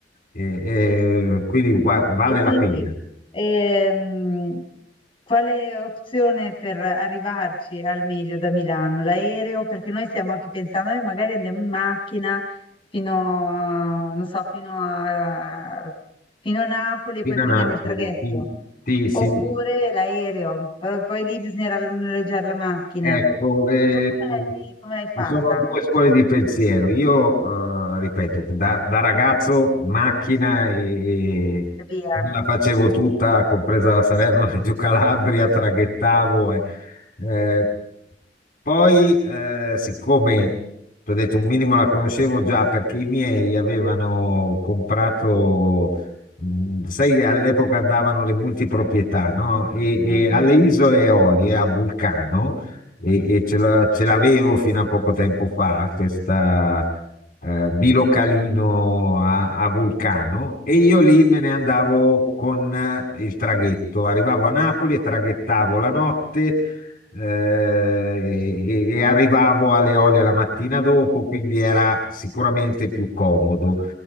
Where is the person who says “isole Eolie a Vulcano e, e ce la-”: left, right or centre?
Left